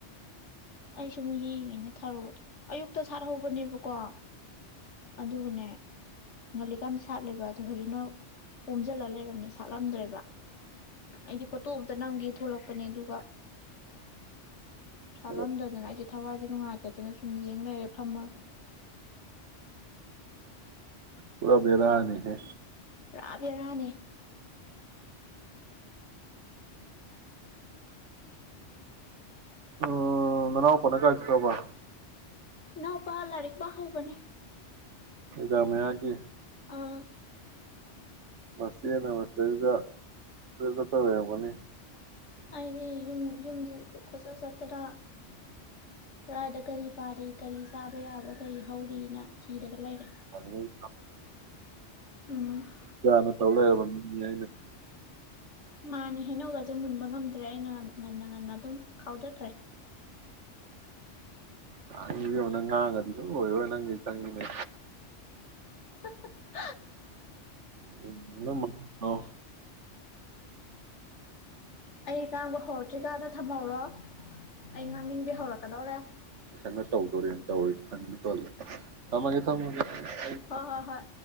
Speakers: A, on the left; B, on the right.
A: ꯁꯨꯝ ꯌꯦꯡꯉꯤ ꯅꯦ ꯊꯔꯣꯗꯣ ꯑꯌꯨꯛꯇ ꯁꯥꯠꯍꯧꯕꯅꯦꯕꯀꯣ ꯑꯗꯨꯒꯅꯦ ꯉꯂꯤꯀꯥꯟꯗ ꯁꯥꯠꯂꯦꯕ ꯑꯗꯣ ꯍꯧꯖꯤꯛꯅ ꯄꯣꯝꯖꯤꯜꯂ ꯂꯩꯔꯝꯃꯦ ꯁꯥꯠꯂꯝꯗ꯭ꯔꯦꯕ ꯑꯩꯗꯤ ꯐꯣꯇꯣ ꯑꯝꯇ ꯅꯝꯒꯦ ꯊꯣꯛꯂꯛꯄꯅꯦ ꯑꯗꯨꯒ ꯁꯥꯠꯂꯝꯗꯗꯅ
B: ꯑꯗꯣ
A: ꯑꯩꯁꯦ ꯊ ꯑꯋꯥꯁꯦ ꯅꯨꯡꯉꯥꯏꯇꯗꯅ ꯁꯨꯝ ꯌꯦ ꯌꯦꯡ ꯂꯩꯔꯦ ꯐꯝꯃꯒ
B: ꯄꯨꯥ ꯕꯦꯔꯥꯅꯤꯍꯦ
A: ꯄꯨ꯭ꯔꯥ ꯄꯔꯥꯅꯦ
B: ꯎꯝ ꯃꯅꯥꯎ ꯄꯅ ꯀꯥꯁꯤ ꯀ꯭ꯔꯕ
A: ꯏꯅꯥꯎꯄꯥ ꯂꯥꯏꯔꯤꯛ ꯄꯥ ꯍꯧꯕꯅꯦ
B: ꯏꯗꯥꯃꯦ ꯍꯥꯏꯒꯤꯦ
A: ꯑꯥ
B: ꯃꯁꯤꯅ ꯃꯁꯤꯗꯗ ꯑꯗꯨ ꯀ ꯇꯧꯋꯔꯕꯅꯤ
A: ꯑꯩꯗꯤ ꯌꯨꯝ ꯌꯨꯝꯁꯤ ꯀꯆꯠ ꯆꯠꯇꯅ ꯀꯗꯥꯥꯏꯗ ꯀꯔꯤ ꯄꯥꯜꯂꯤ ꯀꯔꯤ ꯆꯥꯕ ꯌꯥꯕ꯭ꯔꯥ ꯀꯔꯤ ꯍꯧꯔꯤꯅ ꯊꯤꯔꯒ ꯂꯩꯔꯦ
B: ꯌꯥꯔꯤꯉꯩ
A: ꯎꯝ
B: ꯌꯥꯅ ꯇꯧꯦꯒ ꯌꯥꯏ
A: ꯃꯥꯅꯦ ꯍꯦꯩꯅꯧꯒꯁꯦ ꯃꯨꯟꯕ ꯉꯝꯗ꯭ꯔꯦ ꯑꯩꯅ ꯉꯟꯅ ꯉꯟꯅ ꯑꯗꯨꯝ ꯈꯥꯎꯊꯈ꯭ꯔꯦ
B: ꯎꯝ ꯅꯪ ꯉꯥꯡꯒꯗꯤꯁꯨ ꯑꯣꯏꯕ ꯅꯪꯒꯤ ꯆꯪꯉꯤꯅꯦ
A: <unintelligible>
B: ꯎ ꯃꯣ
A: ꯑꯩ ꯉꯥꯡꯕ ꯍꯧꯔꯛꯇ꯭ꯔꯤꯀꯗ ꯊꯝꯍꯧꯔꯣ ꯑꯩ ꯉꯥꯡꯅꯤꯡꯕ ꯍꯧꯔꯛꯀꯗꯧꯔꯦ
B: ꯄꯁꯅ ꯇꯧꯗꯣꯔꯦꯅ ꯇꯧꯋꯦ ꯇ ꯊꯝꯃꯒꯦ ꯊꯝꯃꯒꯦ ꯑꯩ
A: ꯍꯣꯏ ꯍꯣꯏ ꯍꯣꯏ